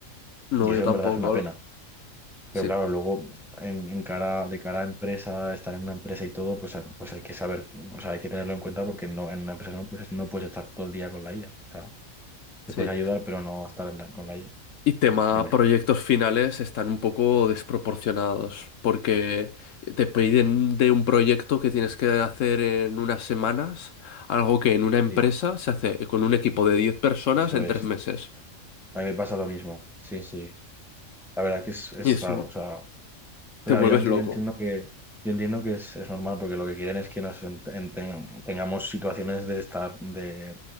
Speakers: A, on the left; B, in the centre.
A: No,
B: Y eso
A: yo tampoco,
B: en verdad es una
A: Olo.
B: pena. Pero
A: Sí,
B: claro, luego en, en cara, de cara a empresa, estar en una empresa y todo, pues, a- pues hay que saber, o sea, hay que tenerlo en cuenta porque no, en una empresa no pues no puedes estar todo el día con la IA. O sea, te
A: sí.
B: puedes ayudar, pero no estar en la- con la IA.
A: Y tema
B: Sí, dime.
A: proyectos finales están un poco desproporcionados, porque te piden de un proyecto que tienes que hacer en unas semanas, algo que en una empresa
B: Sí,
A: se hace con un equipo de 10 personas
B: eso
A: en
B: es.
A: tres meses.
B: A mí me pasa lo mismo. Sí, sí. La verdad es que es, es
A: Y eso
B: raro. O sea, pues
A: te vuelves
B: obviamente
A: loco.
B: yo entiendo que, yo entiendo que es, es normal porque lo que quieren es que nos en- en- ten- tengamos situaciones de estar, de